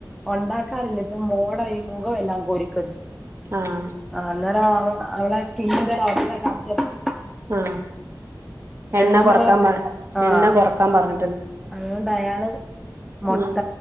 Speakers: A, in the centre; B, on the right.
A: ഉണ്ടാക്കാറില്ല ഇപ്പം മോട ഈ മുഖം എല്ലാം കുരുക്ക്‌ന്ന്
B: ആഹ്
A: ആ അന്നേരം അവ അവളെ സ്കിന്നിന്റെ ഡോക്ടറെ കാണിച്ചപ്പം
B: ആഹ എണ്ണ
A: എണ്ണമയം
B: കൊറക്കാൻ പറ
A: ആഹ്
B: എണ്ണ കൊറക്കാൻ പറഞ
A: അതുകൊണ്ട് അയാള് മൊട്ട
B: ഉം